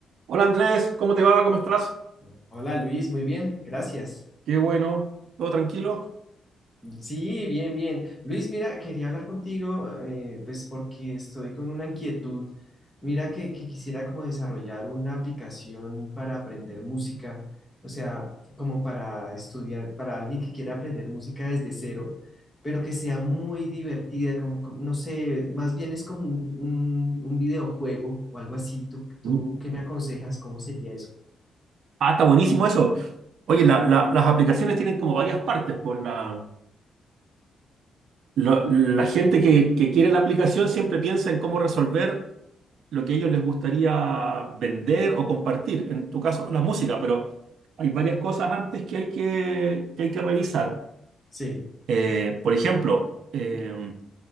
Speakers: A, on the right; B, on the left.
A: Hola Andrés, ¿cómo te va? ¿Cómo
B: Ho-
A: estás?
B: Hola Luis, muy bien, gracias.
A: Qué bueno, ¿todo tranquilo?
B: Sí, bien, bien. Luis, mira, quería hablar contigo, eh, pues porque estoy con una inquietud. Mira que, que quisiera como desarrollar una aplicación para aprender música, o sea, como para estudiar, para alguien que quiera aprender música desde cero, pero que sea muy divertida, como, como- no sé, más bien es como un, un- un videojuego o algo así. ¿Tú, tú
A: Mm.
B: qué me aconsejas? ¿Cómo sería eso?
A: Ah, está buenísimo eso. Oye, la- la- las aplicaciones tienen como varias partes. Por la, lo- la gente que, que quiere la aplicación siempre piensa en cómo resolver lo que a ellos les gustaría vender o compartir. En tu caso, la música, pero hay varias cosas antes que hay que, que hay que revisar.
B: Sí.
A: Eh, por ejemplo, em,